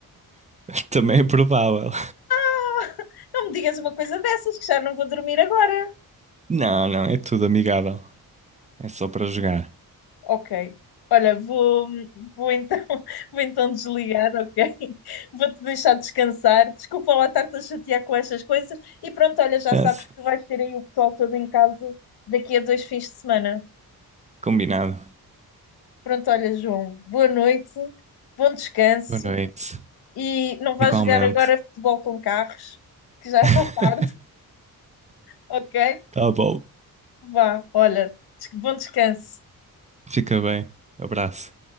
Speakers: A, on the right; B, on the left.
A: Também é provável.
B: Ah, Não me digas uma coisa dessas, que já não vou dormir agora.
A: Não, não, é tudo amigável. É só para jogar.
B: Ok. Olha, vou, vou então, <laughs> vou então desligar, ok? Vou-te deixar descansar. Desculpa lá estar-te a chatear com estas coisas. E pronto, olha, já
A: É,
B: sabes
A: s-
B: que vais ter aí o pessoal todo em casa daqui a dois fins de semana.
A: Combinado.
B: Pronto, olha, João, boa noite, bom descanso
A: Boa noite.
B: e não vais
A: Igualmente.
B: jogar agora futebol com carros, que já
A: <laughs>
B: está tarde, <laughs> ok?
A: Tá bom.
B: Vá, olha, des- bom descanso.
A: Fica bem. Abraço.